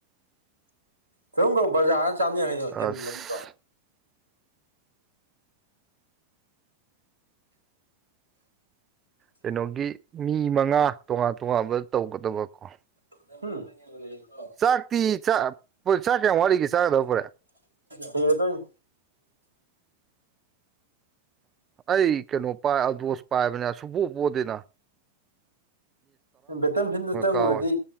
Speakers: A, on the right; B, on the right.
A: ꯀꯣꯝ ꯀꯧ ꯕꯖꯥꯔꯅ ꯆꯥꯝꯃꯤ ꯍꯥꯏꯅꯣ ꯍꯦꯟꯕꯟꯗ꯭ꯔꯣ
B: ꯑꯁ ꯀꯩꯅꯣꯒꯤ ꯃꯤ ꯃꯉꯥ ꯇꯣꯉꯥꯟ ꯇꯣꯉꯥꯟꯕ ꯇꯧꯒꯗꯕꯀꯣ
A: ꯎꯝ
B: ꯆꯥꯛꯇꯤ ꯆꯥꯛ ꯆꯥꯛ ꯀꯌꯥꯝ ꯋꯥꯠꯂꯤꯒꯦ ꯆꯥꯒꯗꯕ ꯄꯨꯔꯦ
A: ꯊꯤꯔ ꯗꯨꯅꯤ
B: ꯑꯩ ꯀꯩꯅꯣ ꯄꯥꯏ ꯑꯗꯣꯁ ꯄꯥꯏꯕꯅꯦ ꯁꯨꯕꯣꯄꯣꯗꯦꯅ
A: ꯕꯦꯇꯔ ꯐꯤꯟꯗ ꯆꯪꯉꯨꯔꯗꯤ
B: ꯀꯥꯎꯋꯦ